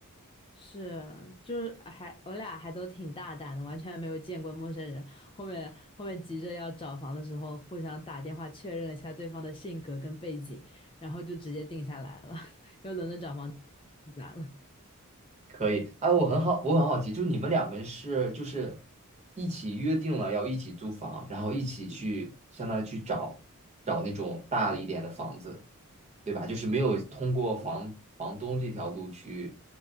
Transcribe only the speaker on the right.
可以，哎，我很好，我很好奇，就是你们两个人是就是一起约定了要一起租房，然后一起去相当于去找找那种大一点的房子，对吧？就是没有通过房房东这条路去